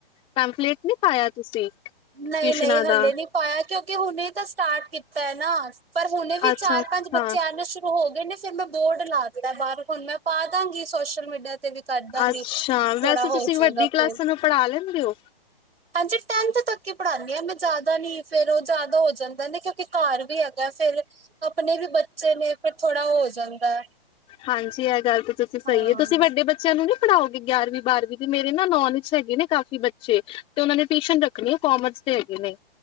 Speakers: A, on the left (about 20°); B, on the right (about 85°).
A: ਪੈਫਲੇਟ ਨੀ ਪਾਇਆ ਤੁਸੀਂ ਟਿਊਸ਼ਨਾਂ
B: ਨਹੀਂ ਨਹੀਂ ਹਲੇ
A: ਦਾ
B: ਨਹੀਂ ਪਾਇਆ ਕਿਉਂਕਿ ਹੁਣੇ ਤਾਂ ਸਟਾਰਟ ਕੀਤਾ ਹੈ ਨਾ। ਪਰ ਹੁਣੇ ਵੀ
A: ਅੱਛਾ
B: ਚਾਰ
A: ਅੱਛਾ
B: ਪੰਜ ਬੱਚੇ ਆਨੇ ਸ਼ੁਰੂ ਹੋ ਗਏ ਨੇ। ਫਿਰ ਮੈਂ ਬੋਰਡ ਲਾ ਦਿੱਤਾ ਬਾਹਰ ਹੁਣ ਮੈਂ ਪਾ ਦਾਂਗੀ ਸੋਸ਼ਲ ਮੀਡੀਆ ਤੇ। ਤੇ ਵੀ ਕਰਦਾਂਗੀ
A: ਅੱਛਾ
B: ਥੋੜਾ
A: ਵੈਸੇ
B: ਹੋ
A: ਤੁਸੀਂ
B: ਜਾਏਗਾ
A: ਵੱਡੀ
B: ਫ਼ਿਰ
A: ਕਲਾਸਾਂ ਨੂੰ ਪੜ੍ਹਾ ਲੈਂਦੇ ਹੋ
B: ਹਾਂਜੀ ਟੈਂਥ ਤੱਕ ਹੀ ਪੜ੍ਹਾਨੀ ਹਾਂ ਮੈਂ ਜ਼ਿਆਦਾ ਨੀ। ਫ਼ਿਰ ਉਹ ਜ਼ਿਆਦਾ ਹੋ ਜਾਂਦਾ ਨਾ ਕਿਉਂਕਿ ਘਰ ਵੀ ਹੈਗਾ ਫੇਰ ਆਪਣੇ ਵੀ ਬੱਚੇ ਨੇ ਫਿਰ ਥੋੜਾ ਹੋ ਜਾਂਦਾ।
A: ਹਾਂਜੀ ਇਹ ਗੱਲ ਤਾਂ ਤੁਸੀਂ ਸਹੀ
B: ਹਾਂ
A: ਐ ਤੁਸੀਂ ਵੱਡੇ। ਬੱਚਿਆਂ ਨੂੰ ਨਹੀਂ ਪੜ੍ਹਾਓਗੇ ਗਿਆਰਵੀਂ ਬਾਰਵੀਂ ਤੇ ਮੇਰੇ ਨਾ ਨੋਨਚ ਹੈਗੇ ਨੇ ਕਾਫੀ ਬੱਚੇ। ਤੇ ਉਹ ਨੇ ਟਿਊਸ਼ਨ ਰੱਖਣੀ ਹੈ ਕਾਮਰਸ ਦੇ ਹੈਗੇ ਨੇ।